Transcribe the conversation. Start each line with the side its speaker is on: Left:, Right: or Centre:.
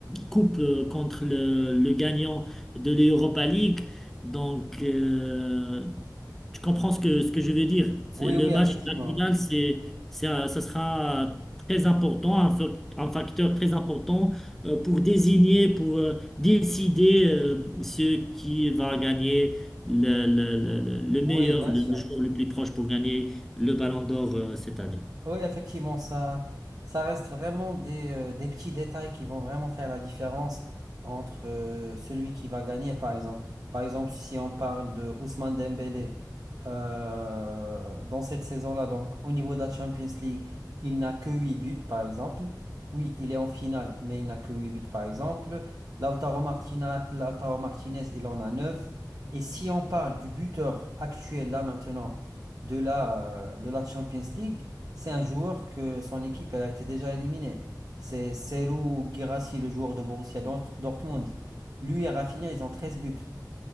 Centre: coupe, euh, contre le, le gagnant de l'Europa League. Donc, euh, tu comprends ce que, ce que je veux dire. C'est-
Right: Oui,
Centre: Le
Right: oui,
Centre: match
Right: effectivement.
Centre: de la finale, c'est, c'est un- ça sera très important, un, fac- un facteur très important euh, pour désigner, pour euh, décider euh, ce qui va gagner le, le- le- le- le
Right: Oui,
Centre: meilleur,
Right: bien
Centre: le
Right: sûr.
Centre: joueur le plus proche pour gagner le Ballon d'Or euh, cette année.
Right: Oui, effectivement, ça, ça reste vraiment des, euh, des petits détails qui vont vraiment faire la différence entre euh, celui qui va gagner, par exemple. Par exemple, si on parle de Ousmane Dembélé, euh, dans cette saison-là, donc au niveau de la Champions League, il n'a que 8 buts, par exemple. Oui, il est en finale, mais il n'a que 8 buts, par exemple. Lautaro Martina- Lautaro Martinez, il en a 9. Et si on parle du buteur actuel, là maintenant, de la, de la Champions League, c'est un joueur que son équipe elle a été déjà éliminée. C'est Serhou Guirassy, le joueur de Borussia Dort- Dortmund. Lui et Rafinha, ils ont 13 buts.